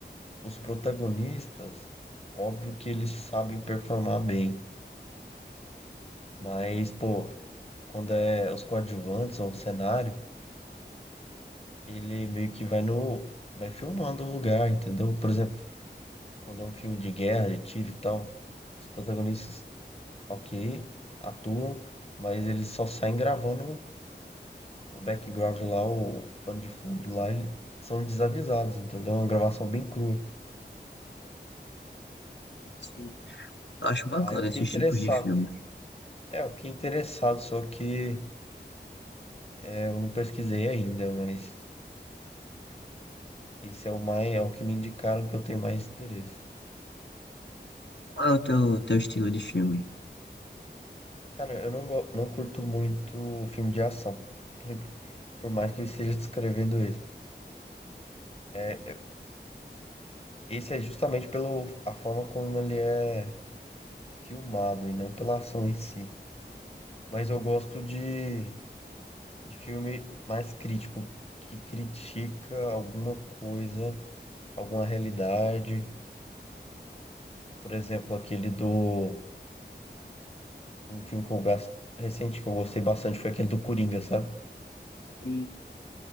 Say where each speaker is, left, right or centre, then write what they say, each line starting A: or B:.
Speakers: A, on the left; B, on the left.
A: os protagonistas, óbvio que eles sabem performar bem. Mas, pô, quando é os coadjuvantes ou um cenário, ele meio que vai no. vai filmando o lugar, entendeu? Por exemplo, quando é um filme de guerra, de tiro e tal, os protagonistas, ok, atuam, mas eles só saem gravando o background lá, o pano de fundo lá, eles são desavisados, entendeu? É uma gravação bem crua.
B: Sim, eu acho bacana
A: Aí eu fiquei
B: esses
A: interessado.
B: tipos de filme.
A: É, eu fiquei interessado, só que é, eu não pesquisei ainda, mas esse é o mais, é o que me indicaram que eu tenho mais interesse.
B: Qual é o teu, teu estilo de filme?
A: Cara, eu não, go- não curto muito filme de ação, por, por mais que eu esteja descrevendo ele. É, esse é justamente pelo a forma como ele é filmado e não pela ação em si. Mas eu gosto de, de filme mais crítico, que critica alguma coisa, alguma realidade. Por exemplo, aquele do. Um filme que eu gosto, recente que eu gostei bastante foi aquele do Coringa, sabe?
B: Sim,